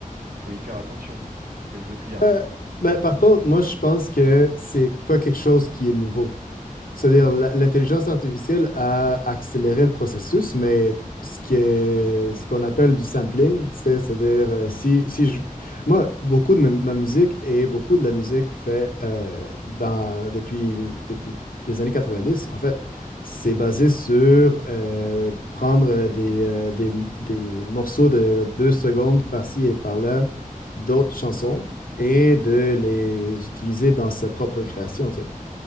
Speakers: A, on the right; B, on the left.
A: Donc, faut y faire attention. C'est ce que je veux te dire.
B: Ouais. Ben, par contre, moi, je pense que c'est pas quelque chose qui est nouveau. C'est-à-dire, la- l'intelligence artificielle a accéléré le processus, mais ce qui est, ce qu'on appelle du sampling, tu sais, c'est-à-dire, euh, si, si je, moi, beaucoup de ma, ma musique et beaucoup de la musique fait euh, dans, depuis, depuis les années 90, en fait, c'est basé sur euh, prendre des, euh, des, des morceaux de deux secondes par-ci et par-là d'autres chansons et de les utiliser dans sa propre création, tu sais.